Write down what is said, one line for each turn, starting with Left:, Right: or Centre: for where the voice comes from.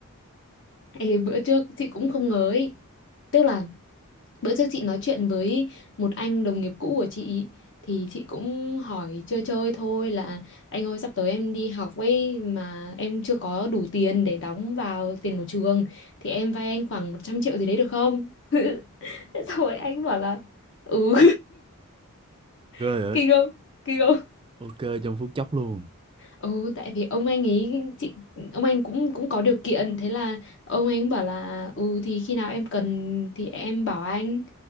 Left: Ê, bữa trước chị cũng không ngờ ấy tức là Bữa trước chị nói chuyện với một anh đồng nghiệp cũ của chị thì chị cũng hỏi chơi chơi thôi là anh ơi sắp tới em đi học ấy mà em chưa có đủ tiền để đóng vào tiền của trường thì em vay anh khoảng 100 triệu gì đấy được không? <laughs> Thế Xong rồi anh bảo là ừ <laughs>
Right: ghê vậy
Left: kinh không? Kinh không?
Right: ok trong phút chốc luôn
Left: Ừ tại vì ông anh ấy chị ông anh cũng cũng có điều kiện thế là ông anh bảo là ừ thì khi nào em cần thì em bảo anh